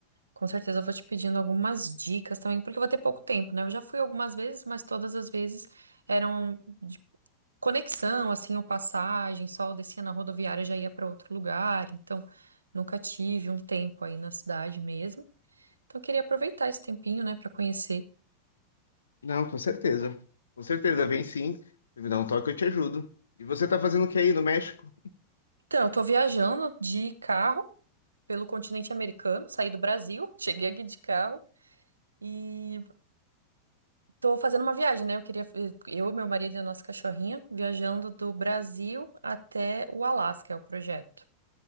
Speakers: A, on the right; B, on the left.
A: com certeza eu vou te pedindo algumas dicas também, porque eu vou ter pouco tempo, né? Eu já fui algumas vezes, mas todas as vezes eram conexão, assim, ou passagem, só eu descia na rodoviária e já ia para outro lugar, então nunca tive um tempo aí na cidade mesmo. Então eu queria aproveitar esse tempinho, né, para conhecer.
B: Não, com certeza. Com certeza, vem sim. Se me dá um toque, eu te ajudo. E você tá fazendo o que aí no México?
A: Então, eu tô viajando de carro pelo continente americano, saí do Brasil, <laughs> cheguei aqui de carro e tô fazendo uma viagem, né? Eu queria eu, meu marido e a nossa cachorrinha viajando do Brasil até o Alasca, é o projeto.